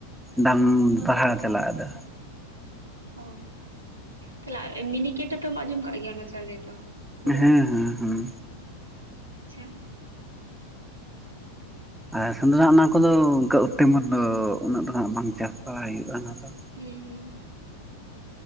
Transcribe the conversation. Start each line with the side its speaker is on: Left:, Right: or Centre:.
Centre: ᱫᱟᱢ ᱵᱟᱲᱦᱟᱣ ᱪᱟᱞᱟᱜ-ᱟ ᱟᱫᱚ
Right: ᱚ ᱛᱟᱦᱚᱞᱮ ᱢᱤᱱᱤᱠᱮᱴ ᱦᱚᱛᱚᱢ ᱟᱸᱡᱚᱢ ᱠᱟᱜ ᱜᱮᱭᱟ ᱚᱱᱟ ᱪᱟᱣᱞᱮ ᱫᱚ ᱦᱩᱲᱩ
Centre: ᱦᱮᱸ ᱦᱮᱸ ᱦᱮᱸ
Right: ᱟᱪᱪᱷᱟ
Centre: ᱟᱨ ᱥᱮᱸᱫᱽᱨᱟ
Right: ᱦᱩᱸ
Centre: ᱚᱱᱟ ᱠᱚᱫᱚ ᱚᱱᱠᱟ ᱩᱛᱮᱢᱟ ᱫᱚ ᱩᱱᱟᱹᱜ ᱫᱚ ᱦᱟᱜ ᱵᱟᱝ ᱪᱟᱥ ᱵᱟᱲᱟᱭ ᱦᱩᱭᱩᱜᱼᱟ ᱚᱱᱟ ᱫᱚ
Right: ᱦᱮᱸ ᱦᱩᱸ